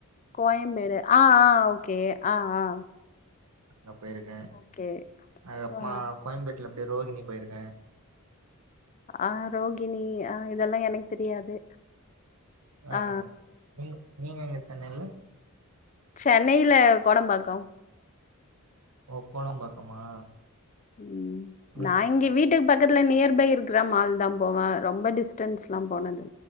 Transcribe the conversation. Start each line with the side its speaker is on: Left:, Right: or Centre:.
Left: கோயம்பேடு ஆ ஆ ஓகே ஆ ஆ
Right: அங்க போயிருக்கே
Left: ஓகே
Right: அதுகப்மா
Left: ஆ
Right: கோயம்பேட்டுல அப்டியே ரோகிணி போயிருக்கே
Left: அ ரோகிணி அ இதெல்லா எனக்கு தெரியாது
Right: அ அ
Left: ஆ
Right: நீங் நீங்க எங்க சென்னைல
Left: சென்னையில கோடம்பாக்கோ
Right: ஓ கோடம்பாக்கமா
Left: ம்
Right: ம்
Left: நா இங்க வீட்டுக்கு பக்கத் துல நியர் பை இருக்குற மால் தா போவே ரொம்ப டிஸ்டன்ஸ்லா போனதில்